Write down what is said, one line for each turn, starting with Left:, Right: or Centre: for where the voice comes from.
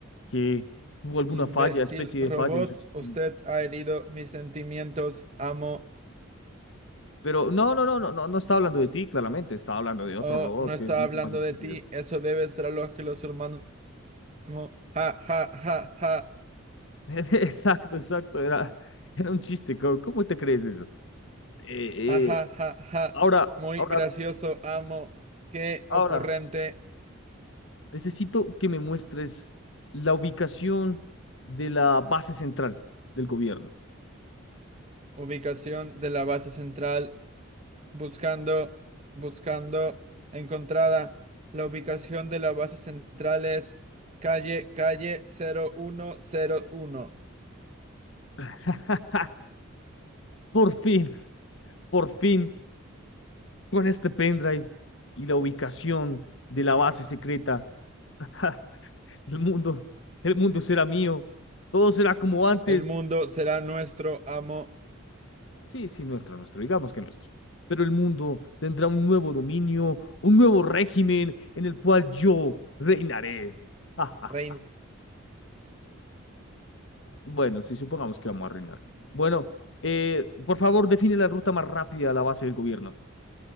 Left: que tuvo alguna
Right: Imbécil
Left: falla, especie de
Right: robot,
Left: falla en su sistema.
Right: usted ha herido mis sentimientos. Amo.
Left: Pero no, no, no, no, no, no estaba hablando de ti, claramente, estaba hablando de otro
Right: Oh,
Left: robot
Right: no estaba
Left: que es mucho
Right: hablando
Left: más estúpido.
Right: de ti. Eso debe ser lo que los humanos. mo- Ja, ja, ja, ja,
Left: <laughs> Exacto, exacto, era, era un chiste, ¿cómo, cómo te crees eso? Eh,
Right: ja, ja,
Left: eh,
Right: ja, ja.
Left: ahora,
Right: Muy
Left: ahora,
Right: gracioso, amo. Qué
Left: ahora,
Right: ocurrente.
Left: necesito que me muestres la ubicación de la base central del gobierno.
Right: Ubicación de la base central. Buscando, buscando. Encontrada. La ubicación de la base central es calle, calle cero cero uno cero uno.
Left: <laughs> Por fin, por fin, con este pendrive y la ubicación de la base secreta. <laughs> Ja, el mundo, el mundo será mío, todo será como antes.
Right: El mundo será nuestro, amo,
Left: Sí, sí, nuestro, nuestro, digamos que nuestro. Pero el mundo tendrá un nuevo dominio, un nuevo régimen en el cual yo reinaré. <laughs> Ja,
Right: reino.
Left: ja. Bueno, sí, supongamos que vamos a reinar. Bueno, eh, por favor, define la ruta más rápida a la base del gobierno.